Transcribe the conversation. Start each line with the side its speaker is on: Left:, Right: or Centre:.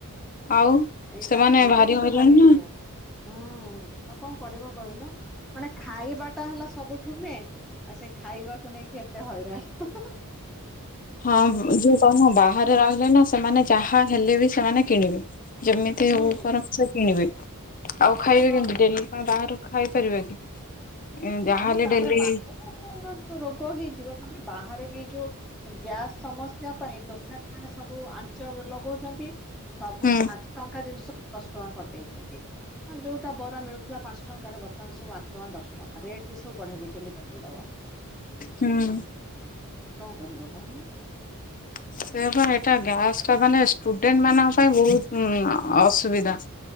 Left: ଆଉ
Centre: ଏଇଟା
Left: ସେମାନେ
Centre: ଏଇଟା କିନ୍ତୁ
Left: ହଇରାଣ
Centre: ଭାରି
Left: ନା।
Centre: ହୁଁ ଆଉ କଣ କରିବ କହିଲ? ମାନେ ଖାଇବା ଟା ହେଲା ସବୁଠୁ ମେନ୍ ଆଉ ସେ ଖାଇବାକୁ ନେଇକି ଏତେ ହଇରାଣ। ହଁ ହଁ ହଁ।
Left: ହଁ ଯୋଉ କଣ ବାହାରେ ରହିଲେ ନା ସେମାନେ ଯାହା ହେଲେ ବି ସେମାନେ କିଣିବେ। ଯେମିତି
Centre: ହୁଁ
Left: ଉପର ସେ କିଣିବେ ଆଉ ଖାଇବେ
Centre: ହଁ।
Left: କେମତି ଡେଲି? ଆପଣ ବାହାରାରୁ ଖାଇ ପାରିବେ କି? ଯାହାହେଲେ
Centre: ନାମ ତାପରେ
Left: ଡେଲି
Centre: ବାହ ରୋଗ ହେଇଯିବ ତମେ ବାହାରେ ବି ଏଇ ଯୋଉ ଗ୍ୟାସ୍ ସମସ୍ୟା ପରେ ଦୋକାନୀ ମାନେ ସବୁ ଆଞ୍ଚ ଲଗୋଉଚନ୍ତି। ସବୁ
Left: ହୁଁ
Centre: ପାଞ୍ଚ୍ ଟଙ୍କା ଜିନ୍ଷ ଦଶ ଟଙ୍କା କରିଦେଇଛନ୍ତି ହଁ ଯୋଉଟା ବରା ମିଳୁଥିଲା ପାଞ୍ଚ ଟଙ୍କାରେ ବର୍ତ୍ତମାନ ସବୁ ଆଠ ଟଙ୍କା ଦଶ୍ ରେଟ୍ ବି ସୁ ବଢେଇ ଦେଇଚନ୍ତି ଡବଲ୍ ଡବଲ୍।
Left: ହୁଁ
Centre: କଁ କରିବ କୋହୁନ।
Left: ସେ ପା ଏଟା ଗ୍ୟାସ ଟା ମାନେ ଷ୍ଟୁଡେଣ୍ଟ୍ ମାନଙ୍କ ପାଇଁ ବୋହୁତ୍ ଅସୁବିଧା।